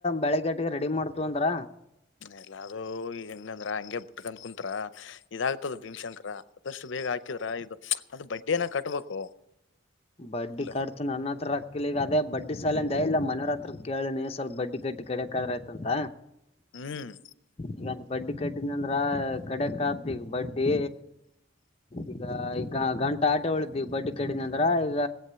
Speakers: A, on the left; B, on the left.
A: ಬೆಳಗ್ಗೆಟಿಗೆ ರೆಡಿ ಮಾಡ್ತು ಅಂದ್ರ.
B: ಎಲ್ಲ ಅದುೂ ಈ ಹೆಂಗಂದ್ರ ಹಂಗೆ ಬಿಟ್ಕಂದ್ ಕುಂತ್ರ. ಇದಾಗ್ತದ ಭೀಮಶಂಕರ ಆದಷ್ಟು ಬೇಗ ಹಾಕಿದ್ರ ಇದು ಅದು ಬಡ್ಡಿಯನ ಕಟ್ಬೇಕು.
A: ಬಡ್ಡಿ
B: ಇಲ್ಲ
A: ಕಟ್. ನನ್ನ ಹತ್ರ ರಕ್ಕ ಇಲ್ಲಾ ಈಗ ಅದೇ ಬಡ್ಡಿ ಸಾಲಂದ ಇಲ್ಲ ಮನೆಯವ್ರ ಹತ್ರ ಕೇಳಿನೀ ಸ್ವಲ್ಪ ಬಡ್ಡಿ ಗಡ್ಡಿ ಕಡೆ. ಅಂತ.
B: ಹ್ಮ್
A: ಈಗ ಬಡ್ಡಿ ಕಟ್ಟಿದಂದ್ರ ಕಡೆಕ್ ಆತ್ ಈಗ ಬಡ್ಡಿ. ಈಗ ಈಗ ಗಂಟ ಆಟೆ ಉಳಿದವಿ ಬಡ್ಡಿ ಕಡಿನಂತ. ಅದ್ರ ಈಗ